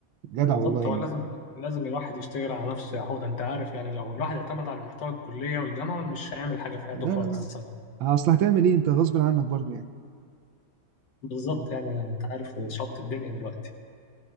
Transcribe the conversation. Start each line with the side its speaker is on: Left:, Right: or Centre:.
Right: جدع
Left: بالظبط
Right: والله يعني
Left: هو لازم لازم الواحد يشتغل على نفسه يا حوده انت عارف يعني لو الواحد اعتمد على المحتوى الكلية والجامعة مش هيعمل حاجة في حياته
Right: لا
Left: خالص
Right: لا لا
Left: الصراحة
Right: اصل هتعمل ايه انت غصب عنك برضو يعني
Left: بالظبط
Right: اه
Left: يعني انت عارف شط الدنيا دلوقتي